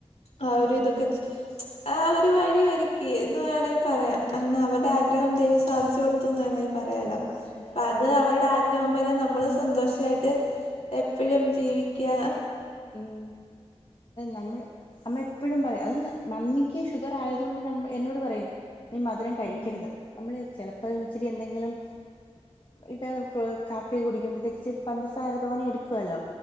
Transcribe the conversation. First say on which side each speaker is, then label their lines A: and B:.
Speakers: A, on the left (about 85°); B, on the left (about 45°).
A: ആ ഒരു ഇതൊക്കെ ആ ഒരു വഴി ഒരുക്കി എന്നു വേണെ പറയാം കാരണം അവരുടെ ആഗ്രഹം ദൈവം സാധിച്ചു കൊടുത്തുന്ന് വേണേ പറയാലോ
B: അതാ
A: അപ്പ അത് അവരുടെ ആഗ്രഹം പോലെ നമ്മള് സന്തോഷായിട്ട് എപ്പോഴും ജീവിക്കുക
B: ഉം നമ്മള് അമ്മ എപ്പോഴും പറയുംം അത് മമ്മിക്ക് ഷുഗർ ആയതുകൊണ്ട് നമ്മ എന്നോട് പറയും നീ മധുരം കഴിക്കരുത്
A: ഉം
B: നമ്മള് ചെലപ്പംഇച്ചിരി എന്തെങ്കിലും ഇടെ <unintelligible> കാപ്പി കുടിക്കുമ്പോത്തേകിച്ച് പഞ്ചസാര തോനേഎടുക്കുവല്ലോ